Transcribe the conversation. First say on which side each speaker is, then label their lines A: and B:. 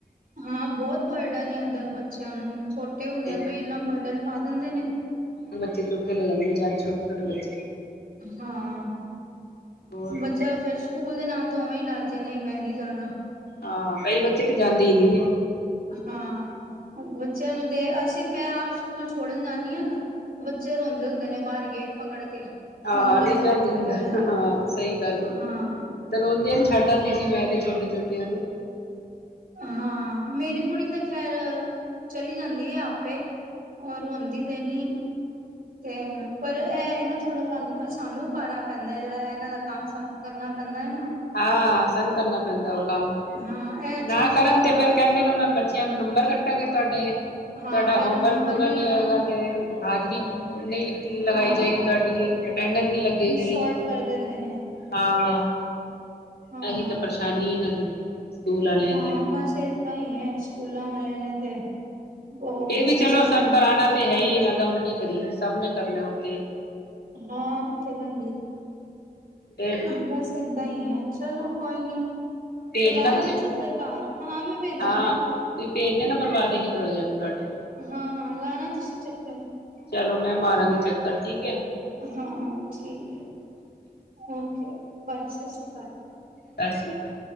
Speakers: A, on the right (about 65°); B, on the left (about 85°).
A: ਹਾਂ, ਬਹੁਤ ਬਰਡਨ ਨੇ ਇਧਰ ਬੱਚਿਆਂ ਨੂੰ ਛੋਟੇ ਹੁੰਦਿਆਂ
B: ਤੇ
A: ਤੋਂ ਹੀ, ਇੰਨਾ ਬਰਡਨ ਪਾ ਦਿੰਦੇ ਨੇ।
B: ਚੁੱਕਕੇ ਲੈ ਜਾਂਦੇ, ਵਿਚਾਰੇ ਛੋਟ-ਛੋਟੇ ਬੱਚੇ।
A: ਹਾਂ,
B: ਹੋਰ
A: ਬੱਚਾ ਫੇਰ ਸਕੂਲ ਦੇ ਨਾਂ ਤੋਂ ਉਵੇਂ ਹੀ ਡਰ ਜੇ, ਨਹੀਂ ਮੈਂ ਨਹੀਂ ਜਾਣਾ।
B: ਹਾਂ, ਕਈ ਬੱਚੇ ਤੇ ਜਾਂਦੇ ਹੀ ਨਹੀਂ ਹੈ।
A: ਹਾਂ, ਬੱਚਿਆਂ ਨੂੰ ਦੇ ਅਸੀਂ। ਮੈਂ ਆਪ ਸਕੂਲ ਛੋੜਨ ਜਾਂਦੀ ਹਾਂ ਨਾ। ਬੱਚੇ ਰੋਂਦੇ ਹੁੰਦੇ ਨੇ, ਬਾਹਰ ਗੇਟ ਪਕੜ ਕੇ
B: ਹਾਂ
A: ਮੈਨੂੰ ਲੈ
B: ਨਹੀਂ ਜਾਂਦੇ
A: ਜਾਓ, ਮੈਨੂੰ
B: ਅੰਦਰ
A: ਲੈ ਜਾਓ,
B: ਹਾਂ ਸਹੀ ਗੱਲ ਐ
A: ਹਾਂ।
B: ਤੇ ਰੋਂਦੀਆਂ ਨੂੰ ਛੱਡ ਆਂਦੀ ਸੀ ਮੈਂ ਛੋਟੇ ਛੋਟਿਆਂ ਨੂੰ।
A: ਹਾਂ, ਮੇਰੀ ਕੁੜੀ ਤੇ ਖੈਰ ਚਲੀ ਜਾਂਦੀ ਹੈ ਆਪੇ ਉਹ ਰੋਂਦੀ ਤੇ ਨੀ ਹੈ। ਤੇ ਪਰ ਇਹ ਨਾ, ਥੋੜਾ ਸਾਨੂੰ ਸਾਨੂੰ ਪਾਰਾ ਪੈਂਦਾ ਜਿਹੜਾ ਇਹਨਾਂ ਦਾ ਕੰਮ ਸਾਨੂੰ ਕਰਨਾ ਪੈਂਦਾ ਹੈ ਨਾ।
B: ਹਾਂ, ਸਾਨੂੰ ਕਰਨਾ ਪੈਂਦਾ। ਉਹ ਕੰਮ
A: ਹਾਂ ਇਹ ਚੀਜ਼
B: ਨਾ ਕਰਨ
A: ਜ਼ਿਆਦਾ
B: ਤੇ ਫੇਰ ਕਹਿੰਦੇ ਨੇ ਉਹਨਾਂ ਨੂੰ। ਬੱਚਿਆਂ ਨੂੰ ਨੰਬਰ ਕੱਟਣਗੇ ਤੁਹਾਡੇ।
A: ਹਾਂ
B: ਤੁਹਾਡਾ
A: ਫੇਰ
B: ਆਫ਼ਰ
A: ਨੰਬਰ
B: ਪੂਰਾ
A: ਨੀ ਲਗਾਉਂਦੇ
B: ਨਹੀਂ ਹੋਏਗਾ ਤੇ ਹਾਜ਼ਰੀ <inaudible> ਲਗਾਈ
A: ਹਾਂ
B: ਜਾਏਗੀ, ਤੁਹਾਡੀ ਅਟੈਂਡੈਂਸ ਨਹੀਂ ਲੱਗੇਗੀ,
A: ਸ਼ੋਰਟ ਕਰ ਦਿੰਦੇ ਨੇ
B: ਹਾਂ।
A: ਹਾਂ
B: ਆਹੀ ਤਾਂ ਪਰੇਸ਼ਾਨੀ ਐ ਏਨਾ ਦੀ। ਸਕੂਲ ਵਾਲਿਆਂ
A: ਹਾਂ,
B: ਦੀ
A: ਬਸ ਏਦਾਂ ਹੀ ਹੈ ਸਕੂਲਾਂ ਵਾਲਿਆਂ ਨੇ। ਤੇ। ਉਹ
B: ਐਵੀ
A: ਬਿਜਨਸ
B: ਵੀ ਚਲੋ,
A: ਬਣਾਇਆ
B: ਸਾਨੂ ਕਰਾਨਾ
A: ਦਾ
B: ਤਾਂ ਹੈ ਹੀ ਏਨਾ ਦਾ। ਹੁਣ ਕੀ ਕਰੀਏ ਸਭ ਨੇ ਕਰਨਾ ਉਹ ਤੇ।
A: ਹਾਂ ਤੇ ਹੈ ਹੀ ਹੈ।
B: ਤੇ
A: ਬਸ ਏਦਾਂ ਹੀ ਹੈ। ਚਲੋ ਕੋਈ ਨੀ।
B: ਭੇਜ
A: ਲਗਾਇਆ
B: ਨਾ ਤੁਸੀਂ
A: ਜੇ ਚੱਕਰ ਘਰ ਹਾਂ ਮੈਂ ਭੇਜਾਂਗੀ।
B: ਹਾਂ ਤੁਸੀਂ ਭੇਜ ਦੇ ਨਾ ਬਣਵਾ ਪ੍ਰੋਜੈਕਟ ਤੁਹਾਡੇ
A: ਹਾਂ ਹਾਂ ਲਾਣਾ ਤੁਸੀਂ ਚੱਕਰ।
B: ਚਲੋ ਮੈਂ <unintelligible>
A: ਹਾਂ ਹਾਂਠੀਕ ਹੈ। Okay okay, bye. ਸਤਿ ਸ਼੍ਰੀ ਅਕਾਲ। <inaudible>
B: ਸਤਿ ਸ੍ਰੀ ਅਕਾਲ।